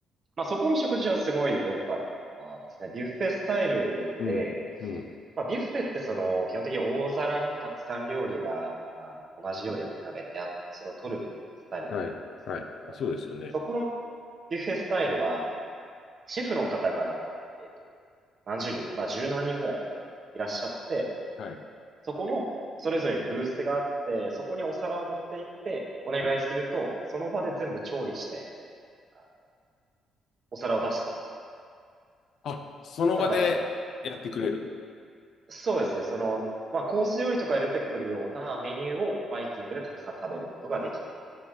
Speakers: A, on the right; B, on the left.
A: まあそこの食事はすごい良かったですね。ビュッフェスタイルで、
B: うん、うん。
A: まあ、ビュッフェってその、基本的に大皿にたくさん料理が、あの、同じ料理が並べてあって、それを取るみたいなスタイルだと思うんですけれども、
B: はい、はい。そうですよね。
A: そこのビュッフェスタイルは、シェフの方がなんか、えっと、何十人、まあ、十何人ぐらいかいらっしゃって、
B: はい。
A: そこの、それぞれにブースがあって、そこにお皿を持って行って、お願いすると、
B: うん
A: その場で全部調理して、あの、お皿を出してくれるみたい
B: あ、その場でやってくれる。
A: な。なので、あの、そうですね。その、まあ、コース料理とかで出てくるようなメニューをバイキングでたくさん食べることができる。